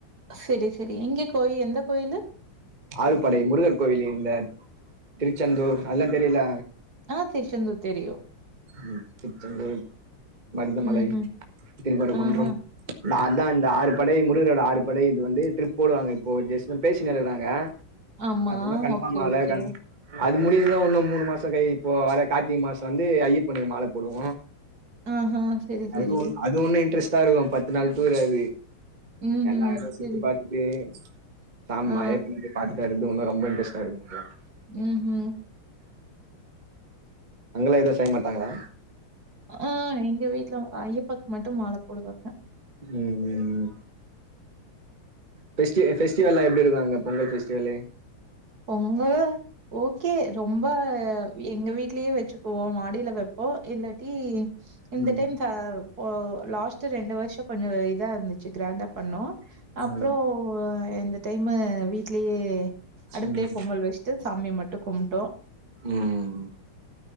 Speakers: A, on the right; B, on the right.
A: செரி செரி எங்கே கோயி எந்த கோயிலு
B: ஆறுபடை முருகர் கோவிலு இந்த திருச்செந்தூர் அத்லா தெரியுல்ல
A: ஆ திருச்செந்தூர் தெரியு
B: ம் திருச்செந்தூர் மருதமலை
A: ம்ஹ்ம்.
B: திருப்பறகுன்றம்
A: ஆஹா.
B: நா அதா இந்த ஆறுபடை முருகரோட ஆறுபடை இது வந்து ட்ரிப் போடுவாங்க இப்போ ஜெஸ் பேசினுருக்குறாங்க
A: ஆமா.
B: அது இன்னு கன்ஃபாம்
A: ஓகே,
B: ஆவ்ல
A: ஓகே.
B: கன் அது முடிஞ்சது உன்னு மூணு மாசொ கை இப்போ வர கார்த்திகை மாசொ வந்து ஐயப்பனுக்கு மால போடுவோ
A: ஆஹா. சரி, சரி.
B: அது ஒ அது உண்ணு இன்ட்ரெஸ்ட்டா இருக்கு பத்து நாள் டூரு அது
A: ம்ஹ்ம்.
B: எல்லா எடமு சுத்தி
A: சரி.
B: பாத்துட்டு சாம்
A: ஆ.
B: ஐயப்பன பாத்துட் இது ஒன்ன ரொம்ப இன்ட்ரெஸ்டா இருக்
A: உ ஹு
B: அங்கலா எது செய்ய மாட்டாங்களா
A: ஆ எங்க வீட்ல ஐயப்பாக்கு மட்டு மால போடுவாங்க
B: உ உ உ ஃபெஸ்டி அ ஃபெஸ்டிவெல்லா எப்டிருக்கு அங்க பொங்கல் ஃபெஸ்டிவலு
A: பொங்க ஓகே ரொம்ப எங்க வீட்லயே வச்சுக்குவோ மாடியில வப்போ இல்லாட்டி இந்த
B: ம்
A: டைம் த ஓ லாஸ்ட் ரெண்டு வருஷ கொஞ்சோ இதா இருந்துச்சு கிராண்டா பண்ணோ அப்றோ
B: ம்
A: ப்போ இந்த டைமு வீட்லயே அடுப்லயே
B: ம்
A: பொங்கல் வஸ்ட்டு சாமிய மட்டு கும்ட்டோ
B: ம்